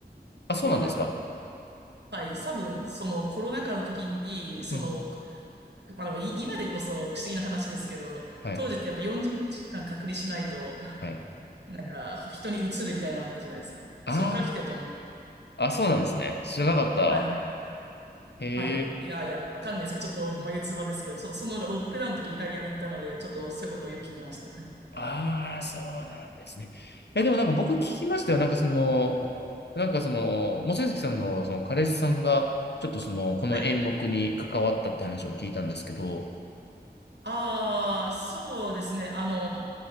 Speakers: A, on the left; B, on the right.
A: あ、そうなんですか
B: コアラン。はい。多分、そのコロナ禍の時に、その
A: うん。
B: まあでもい今でこそ不思議な話ですけど、
A: はい。
B: 当時ってやっぱ40日間隔離しないと、
A: はい。
B: なんか人に移るみたいなのあったじゃないですか。
A: あ
B: そっから来てると思う。
A: あ、あ、そうなんですね。知らなかった。
B: はいはい。
A: へえ。
B: はい。いやいや、わかんないですけど、ちょっと眉唾ですけど、その、そのロックダウンの時イタリアにいたので、ちょっとそういうことをよく聞いてました。はい。
A: ああ、そうなんですね。え、でもなんか僕聞きましたよ。なんかその、なんかその、望月さんのその彼氏さんが、ちょっとその、この演目に関わったって話を聞いたんですけど、
B: はい。ああ、そうですね。あの、